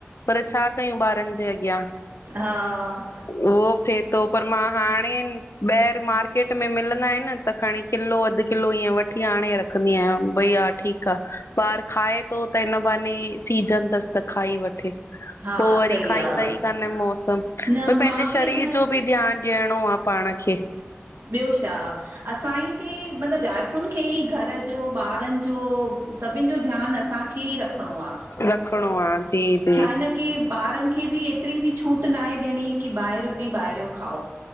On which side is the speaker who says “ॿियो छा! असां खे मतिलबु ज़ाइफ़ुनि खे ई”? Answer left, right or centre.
Right